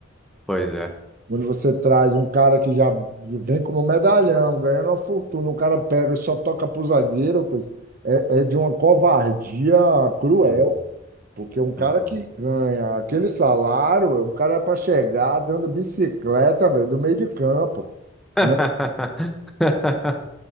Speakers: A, in the centre; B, on the right.
A: Pois é.
B: Quando você traz um cara que já vem como medalhão, ganhando uma fortuna, o cara pega e só toca pro zagueiro, pois é, é de uma covardia cruel,
A: Uhum.
B: porque um cara
A: Uhum.
B: que ganha aquele salário, o cara é para chegar dando bicicleta, velho, do meio de campo,
A: <laughs>
B: né?